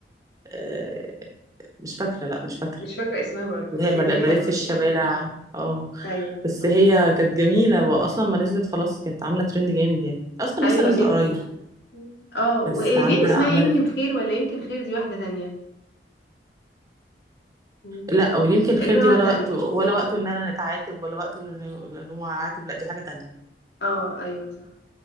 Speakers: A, on the right (about 20°); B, on the left (about 70°).
A: آه، مش فاكرة لا مش فاكرة
B: مش فاكرة اسمها برضه
A: اللي
B: بس
A: هي بل-
B: هي دي حلوة
A: بلف في الشوارع
B: يعني
A: اه
B: أيوة
A: بس هي كانت جميلة وأصلا ما نزلت خلاص كانت عاملة ترند جامد يعني أصلا
B: ايوه
A: لسه نازلة
B: جدا
A: قريب
B: اه وايه
A: بس عاملة
B: دي اللي اسمها
A: عملت
B: يمكن خير ولا يمكن خير دي واحدة تانية مم.
A: لا ولا يمكن خير
B: تقريبا
A: دي
B: واحدة
A: ولا
B: تانية
A: وقت ولا وقته إن أنا نتعاتب ولا وقته إن إن هو عاتب لا دي حاجة تانية
B: اه ايوه صح